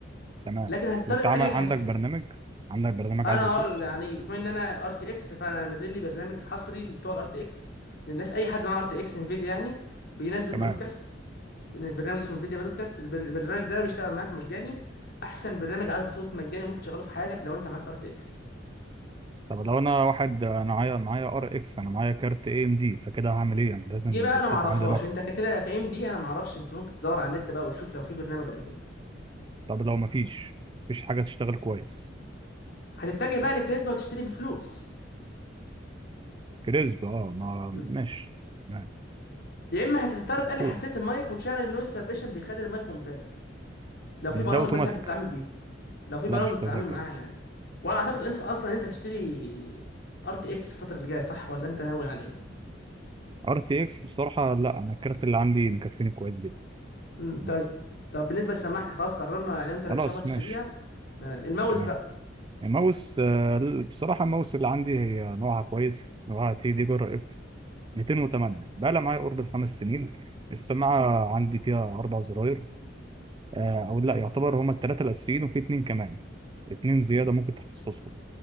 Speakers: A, on the right; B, on the left.
A: تمام
B: لكن هتضطر
A: وانت
B: تقلل
A: عامل
B: الحساسيه
A: عندك برنامج عندك برنامج
B: انا
A: عزل
B: اه
A: صوت
B: يعني كمان ان انا ار تي اكس فانا نازل لي برنامج حصري بتوع الار تي اكس للناس اي حد معاه ار تي اكس انفيديا يعني بينزل
A: تمام
B: برودكاست برنامج اسمه انفيديا برودكاست البر- البرنامج ده بيشتغل معاك مجاني احسن برنامج عزل صوت مجاني ممكن تشغله في حياتك لو انت معاك ار تي اكس
A: طب لو انا واحد انا معايا معايا ار اكس انا معايا كارت اي ام دي فكده هعمل ايه انا لازم
B: دي بقى
A: يبقى
B: انا
A: الصوت
B: معرفهاش
A: عندي نقي
B: انت كده كايم دي انا معرفش انت ممكن تدور على النت بقى وتشوف لو في برنامج ولا كده
A: طب لو مفيش مفيش حاجة تشتغل كويس
B: هتتجه بقى لكريسبا وتشتري بفلوس
A: كريسب اه ما
B: مم.
A: ماشي تمام
B: يا اما هتضطر
A: مدفوع
B: تقلل حساسيه المايك وتشغل النويز سيربيشن بيخلي المايك ممتاز لو في برامج
A: ده اوتوماتيك
B: مثلا بتتعامل بيها لو في برامج
A: لا مش
B: بتتعامل
A: اوتوماتيك
B: معاها
A: برضه
B: يعني وانا اعتقد انسى اصلا انت تشتري ار تي اكس الفتره اللي جايه صح ولا انت ناوي على ايه
A: ار تي اكس بصراحة لا انا الكارت اللي عندي مكفيني كويس جدا
B: امم
A: تمام
B: طيب طب بالنسبه للسماعه احنا خلاص قررنا يعني انت ان
A: خلاص
B: شاء الله تشتريها
A: ماشي
B: تمام الماوس
A: تمام
B: بقى
A: الماوس آه، بصراحة الماوس اللي عندي هي نوعها كويس نوعها تي دي جر اف 208 بقى لها معايا قرب الخمس سنين السماعة عندي فيها أربع زراير آه، أو لا
B: امم
A: يعتبر هما التلاتة الأساسيين وفي اتنين كمان اتنين زيادة ممكن تخصصهم